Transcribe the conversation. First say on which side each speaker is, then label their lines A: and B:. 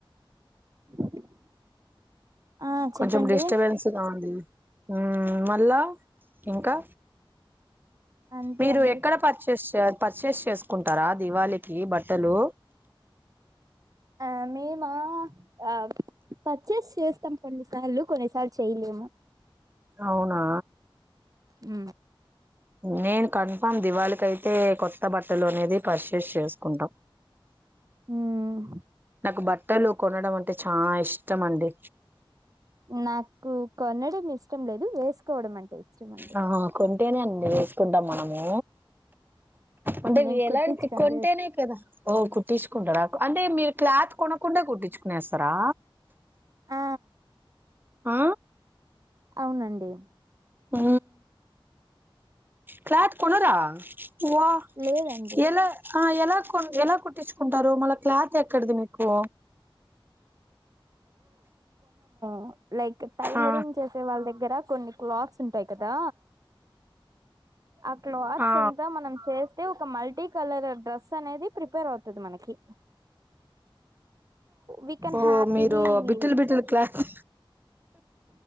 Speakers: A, on the right; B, on the right.
A: <inaudible>
B: కొంచెం
A: చెప్పండి
B: డిస్టబెన్స్గా ఉంది ఊ మళ్ళా ఇంకా
A: అంతే
B: మీరు
A: అండి
B: ఎక్కడ పర్చేస్ పర్చేస్ చేసుకుంటారా దివాళికి బట్టలు
A: ఆ మేమా ఆ పర్చేస్ చేస్తాం కొన్నిసార్లు కొన్నిసార్లు చేయలేము
B: అవునా
A: ఊ
B: నేను కన్ఫామ్ దివాళికి అయితే కొత్త బట్టలోనే లోనే పర్చేస్ చేసుకుంటాం
A: మ్మ్
B: నాకు బట్ట బట్టలు కొనడం అంటే చాలా ఇష్టం అండి
A: నాకు కొనడం ఇష్టం లేదు వేసుకోవడం అంటే ఇష్టం అండి
B: ఆహా కొన్ అంటేనే అండి వేసుకుంటాం మనము అంటే
A: నేను
B: ఎలాంటి
A: కుట్టించుకోను
B: కొంటేనే
A: వేస్
B: కదా ఓ కుట్టించుకుంటడాకు అంటే మీరు క్లాత్ కొనకుండా కుట్టించుకో కోని వేస్తారా
A: ఆ
B: ఆ
A: అవునండి.
B: ఊ క్లాత్ కొనరా వా
A: లేదండి
B: ఎలా ఆ ఎలా ఎలా కుట్టించుకుంటారు మళ్ళ క్లాత్ ఎక్కడది మీకు
A: ఆ లైక్ టైలరింగ్
B: ఆ
A: చేసే వాళ్ళ దగ్గర కొన్ని క్లాత్స్ ఉంటాయి కదా ఆ క్లాత్స్
B: ఆ
A: అంతా మనం చేస్తే ఒక మల్టీ కలర్ డ్రెస్ అనేది ప్రిపేర్ అవుతది మనకి వీ కెన్
B: ఓ
A: హ్యాపీలీ
B: మీరు బిట్టలు బిడ్ట్టలు క్లాత్